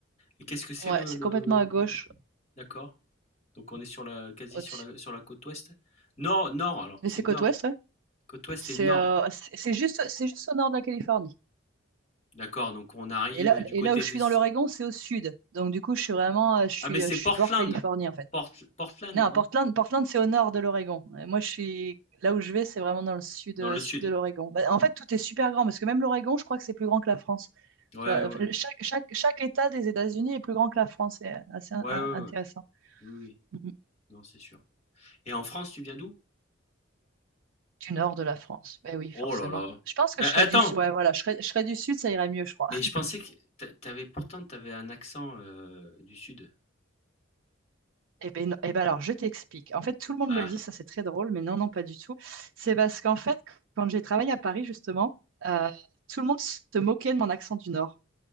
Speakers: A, on the left (about 35°); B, on the right (about 75°).
A: Et qu'est-ce que c'est
B: Ouais,
A: le,
B: c'est
A: le...
B: complètement à gauche,
A: le- D'accord. Donc on est sur la, quasi
B: au-dessus.
A: sur la, sur la côte ouest. Nord, nord, alors,
B: Mais
A: c'est
B: c'est
A: nord.
B: côte ouest, ouais.
A: Côte ouest
B: C'est
A: et nord.
B: euh, c'est c'est juste, c'est juste au nord de la Californie.
A: D'accord, donc on arrive
B: Et là,
A: du
B: et
A: côté
B: là où je
A: de...
B: suis dans l'Oregon, c'est au sud. Donc du coup, je suis vraiment, euh, je suis,
A: Ah ben c'est
B: euh, je
A: Portland.
B: suis bord Californie en fait.
A: Port- Portland,
B: Non,
A: non?
B: Portland, Portland, c'est au nord de l'Oregon. Euh, Moi, je suis là où je vais, c'est vraiment dans le sud,
A: Dans
B: euh,
A: le sud.
B: sud de l'Oregon. Bah, en fait, tout est super grand parce que même l'Oregon, je crois que c'est plus grand que la France.
A: Ouais,
B: Tu vois,
A: ouais.
B: enfin, chaque, chaque, chaque État des États-Unis est plus grand que la France. C'est assez in-
A: Ouais,
B: in-
A: ouais,
B: intéressant.
A: ouais. Oui, oui.
B: Mhm.
A: Non, c'est sûr. Et en France, tu viens d'où?
B: Du nord de la France. Ben oui,
A: Oh
B: forcément.
A: là là.
B: Je pense
A: Mais
B: que je serais
A: attends,
B: du sud. Ouais, voilà, je serais, je serais du sud, ça irait mieux, je crois.
A: mais je pensais que t'a- t'avais pourtant t'avais un accent euh, du sud.
B: Eh ben, non- eh ben alors, je t'explique. En fait, tout le monde
A: Ah,
B: me le dit, ça c'est très drôle, mais non, non, pas du tout. C'est parce qu'en fait, quand j'ai travaillé à Paris, justement, euh, tout le monde se moquait de mon accent du nord.